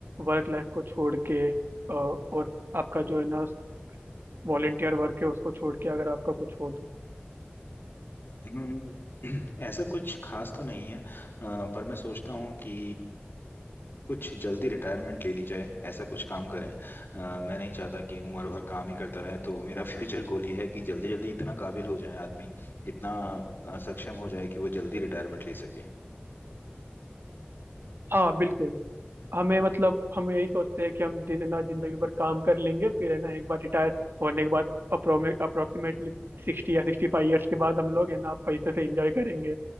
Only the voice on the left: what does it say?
हम्म, <clears throat> ऐसा कुछ खास तो नहीं है अ, पर मैं सोचता हूँ कि कुछ जल्दी रिटायरमेंट ले ली जाए ऐसा कुछ काम करें अ, मैं नहीं चाहता कि उम्र भर काम ही करता रहे तो मेरा <laughs> फ्यूचर गोल ये है कि जल्दी जल्दी इतना काबिल हो जाए आदमी इतना अ, सक्षम हो जाए कि वो जल्दी रिटायरमेंट ले सके